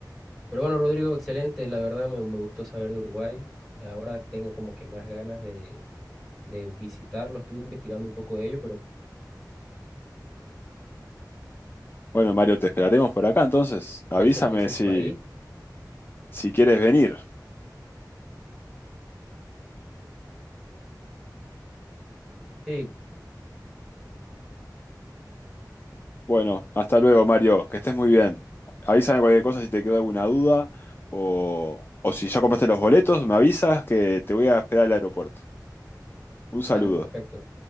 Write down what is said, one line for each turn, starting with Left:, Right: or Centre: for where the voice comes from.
Centre: Pero bueno, Rodrigo, excelente. La verdad me, me gustó saber de Uruguay. Ahora tengo como que más ganas de, de visitarlo. Estuve investigando un poco de ello, pero
Left: Bueno, Mario, te esperaremos por acá entonces. Avísame
Centre: ese, ese
Left: si,
Centre: país.
Left: si quieres venir.
Centre: Sí,
Left: Bueno, hasta luego, Mario. Que estés muy bien. Avísame cualquier cosa si te quedó alguna duda o, o si ya compraste los boletos, me avisas que te voy a esperar al aeropuerto. Un saludo.
Centre: dale, perfecto.